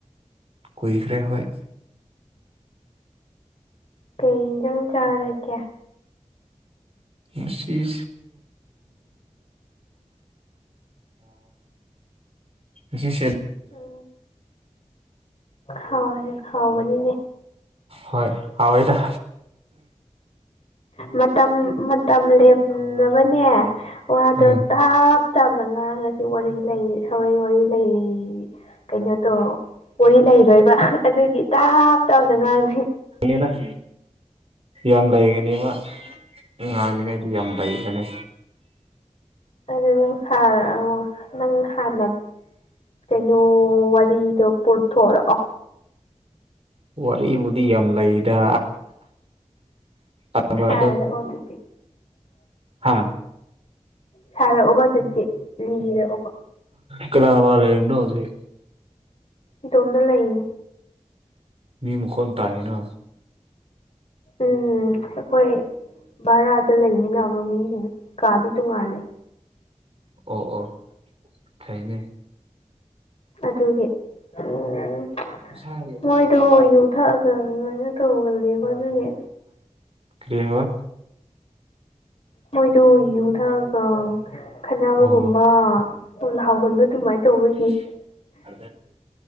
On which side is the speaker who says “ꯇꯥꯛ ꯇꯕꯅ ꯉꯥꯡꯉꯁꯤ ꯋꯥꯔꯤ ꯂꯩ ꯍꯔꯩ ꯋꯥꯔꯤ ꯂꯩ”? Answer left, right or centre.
Left